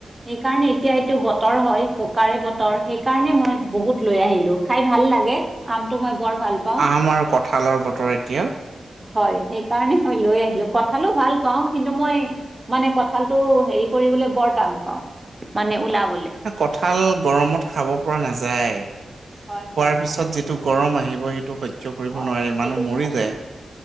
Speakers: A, on the right (about 20°); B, on the right (about 65°).
A: সেই কাৰণে এতিয়া এইটো বতৰ হয়। পকাৰে বতৰ সেই কাৰণে মই বহুত লৈ আহিলো খাই ভাল লাগে আমটো বৰ ভাল পাওঁ
B: আম আৰু কঁঠালৰ বতৰ এতিয়া
A: হয় সেইকাৰণে লৈ আহিলো কঁঠালো ভাল পাওঁ কিন্তু মই মানে কঁঠালটো হেৰি কৰিবলৈ বৰ টান পাওঁ। মানে ওলাব।
B: কঠাল গৰমত খাব পৰা নাযায়। খোৱাৰ
A: হয় হয়
B: পিছত
A: হয়
B: যিটো গৰম আহিব। সেইটো সহ্য কৰিব
A: হয়
B: নোৱাৰি
A: সেইটো
B: মানুহ মৰি
A: হয়
B: যায়।